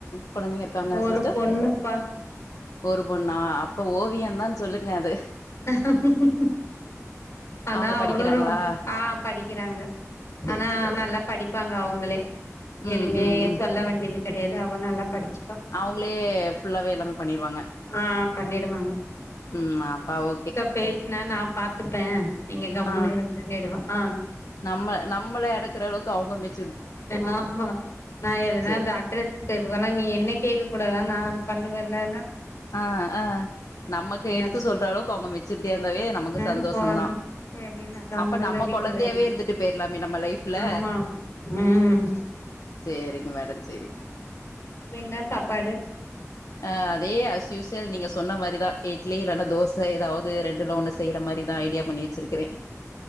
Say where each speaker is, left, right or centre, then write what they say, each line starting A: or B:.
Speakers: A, on the left; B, on the left.
A: கொழந்தைங்க இருக்காங்க
B: ஒரு
A: சிஸ்டர்
B: பொண்ணுப்பா
A: ஒரு பொண்ணா அப்ப ஓவியந் தான்னு சொல்லுங்க அது
B: ஆஹ <unintelligible> ஆனா
A: அவங்க
B: அவளோ
A: படிக்கிறாங்களா
B: ரொம் ஆ படிக்கறாங்க
A: சேரி
B: ஆனா
A: சேரி சேரி
B: நல்லா படி ப்பாங்க அவங்களே
A: ம்
B: எதுவுமே
A: ம் ம்
B: சொல்ல வேண்டியது கெடையாது அவ நல்லா படிச்சுப்பா
A: அவங்களே ஃபுல்லாவே எல்லாமே பண்ணிருவாங்க
B: ஆ பண்ணிடுவாங்க
A: ம் அப்ப ஓ
B: பேசுன நா பாத்துப்பே நீங்க கம்முன்னு
A: ஆ
B: இருங்கன்னிடுவா அ
A: நம்ம நம்மள அடக்கற அளவுக்கு அவங்க மெச்
B: ஆ ஆமா நா எதுனா
A: சேர்
B: அந்த
A: சேர்
B: அட்ரஸ் எதுவேனா நீ என்ன கேக்க கூடாதா நான் பண்ணுவேல்லனா
A: அ அ நமக்கு எடுத்து
B: அப்டி
A: சொல்ற அளவுக்கு அவங்க மெச்சுரிட்டியா இருந்தாவே நமக்கு
B: ஆ
A: சந்தோஷந்தா
B: போது செரி நா கம்முனு
A: அப்ப நம்ம
B: இந்த வீட்டு
A: கொழந்தையாவே
B: வேல
A: இருந்துட்டு போயிரலாமே நம்ம லைஃப்ல
B: ஆமா ம் இப்ப
A: சேரிங்க மேடம் செரி
B: ப்ப என்ன சாப்பாடு
A: ஆஅதே ஆஸ்யூசயல் நீங்க சொன்ன மாதிரிதா இட்லி இல்லன்னா தோசை ஏதாவது ரெண்டுல்ல ஒண்ணு செ செய்யற மாரிதா ஐடியா பண்ணி வெச்சிருக்கறே